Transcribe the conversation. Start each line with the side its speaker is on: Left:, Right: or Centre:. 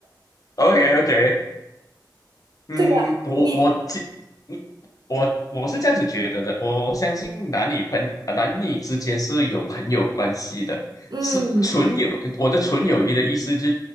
Left: OK OK，
Right: <laughs>
Left: 嗯，
Right: 对吧？
Left: 我我记，
Right: 你，
Left: 嗯我我是这样子觉得的，我我相信男女朋呃男女之间是有朋友关系的，
Right: 嗯
Left: 是纯友。我的纯友谊的意思就